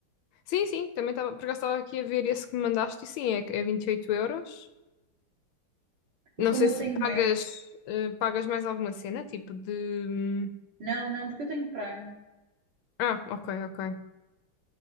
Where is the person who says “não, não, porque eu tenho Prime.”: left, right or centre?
Right